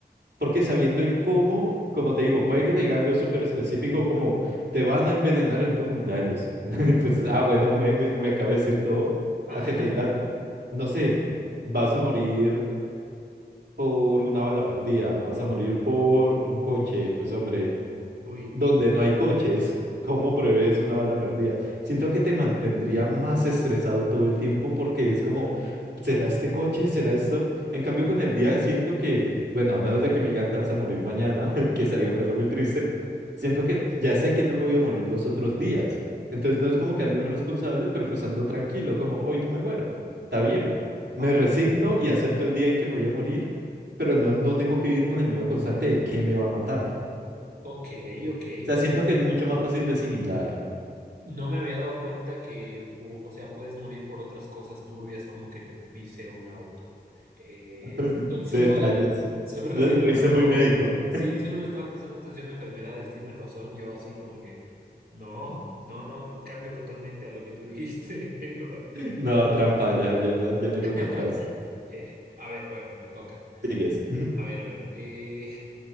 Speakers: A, on the right; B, on the right.
A: Porque sabiendo el cómo, como te digo, puede que te diga algo súper específico como te van a envenenar en tu cumpleaños. <laughs> Pues, ah, bueno, me, me, me acaba de decir todo.
B: Ah,
A: A que te
B: sí. Ah,
A: digan, no sé, vas a morir. por una bala perdida, vas a morir por un coche. Pues hombre,
B: uy.
A: donde no hay coches. ¿Cómo prevés una bala perdida? Siento que te mantendría más estresado todo el tiempo porque es como, ¿será este coche? ¿Será esto? En cambio, con el día siento que, bueno, a menos de que me digan te vas a morir mañana, <laughs> que sería un caso muy triste, siento que ya sé que no me voy a morir los otros días. Entonces no es como que ando irresponsable, pero pues ando tranquilo, como hoy no me muero. Está bien. Me
B: Ok,
A: resigno
B: ok,
A: y acepto el día en que me voy a morir, pero no, no tengo que vivir con el miedo constante de qué me va a matar
B: ok. ok.
A: sea, siento que es mucho más fácil de asimilar
B: No me había dado cuenta que, pu- o sea, puedes morir por otras cosas turbias como que te pise un auto. Eh,
A: <laughs>
B: so- solo,
A: detalles.
B: solo
A: Lo,
B: le había
A: lo
B: estado,
A: hice muy médico.
B: sí, solo le estaba prestando atención a enfermedades. Tienes razón, yo así como que, no, no, no, cambio totalmente a lo que tú dijiste. <laughs> Tienes razón.
A: No, trampa, ya, ya, no, ya no hay
B: <laughs>
A: vuelta atrás.
B: Eh, a ver, bueno, me toca.
A: Sigues. Ujú.
B: A ver, a ver. eh,